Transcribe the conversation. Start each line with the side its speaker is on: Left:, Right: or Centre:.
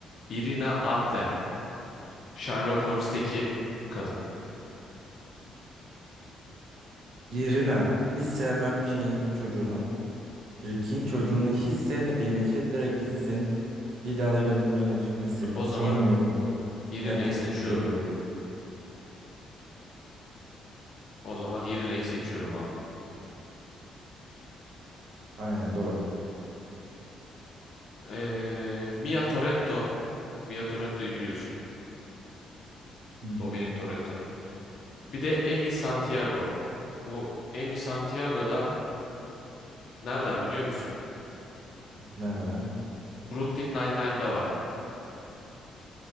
Left: Irina Adler mi? Sherlock Holmes'teki kadın.
Right: Irina. Hiç sevmem şeyin çocuğunu. Rick'in çocuğunu hiç sevmediğim için direkt gitsin. Bir daha da gözüme gözükmesin.
Left: O
Right: Sevmiyorum.
Left: zaman Irina'yı
Right: Nefret
Left: seçiyorum.
Right: ediyorum.
Left: O zaman Irina'yı seçiyorum abi.
Right: Aynen doğru.
Left: Ee, Mia Toretto. Mia Toretto'yu biliyorsun.
Right: Hı hı.
Left: Dominic Toretto'nun. Bir de Amy Santiago. Bu Amy Santiago da nereden biliyor musun?
Right: Nereden?
Left: Brooklyn Nine-Nine'da var.